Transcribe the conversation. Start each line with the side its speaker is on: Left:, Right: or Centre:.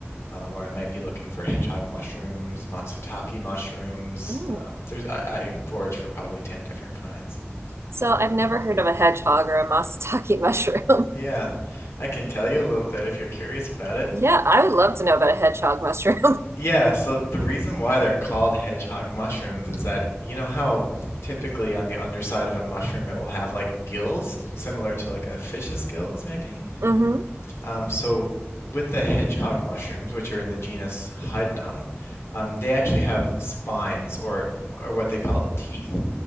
Left: Um, or I might be looking for hedgehog mushrooms, matsutake mushrooms.
Right: ooh.
Left: Um, there's I, I forage for probably 10 different kinds.
Right: So I've never heard of a hedgehog or a matsutake mushroom.
Left: Yeah,
Right: <laughs>
Left: I can tell you a little bit if you're curious about it.
Right: Yeah, I would love to know about a hedgehog mushroom. <laughs>
Left: Yeah, so the reason why they're called hedgehog mushrooms is that you know how typically on the underside of a mushroom it will have like gills, similar to like a fish's gills, maybe?
Right: hmm
Left: Um, so with the hedgehog mushrooms, which are in the genus Hydnum, um, they actually have spines or or what they call teeth,